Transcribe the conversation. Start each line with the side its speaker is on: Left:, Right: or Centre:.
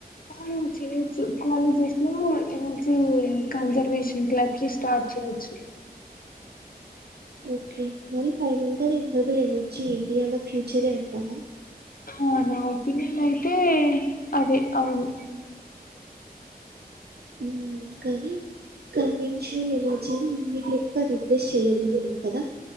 Left: ఆ చేయొచ్చు కాలేజెస్లో ఎనర్జీ కన్జర్వేషన్ క్లబ్స్ స్టార్ట్ చేయొచ్చు
Right: ఓకే మరి ఫైనల్ గా రినవబుల్ ఎనర్జీ ఇండియాలో ఫ్యూచరే అంటావా
Left: ఆ నా ఒపినయన్ అయితే అదే అవును
Right: ఉమ్ కానీ కన్వెన్షనల్ ఎనర్జీని ఇమ్మీడియట్ గా రీప్లేస్ చెయ్యలేము మేము కదా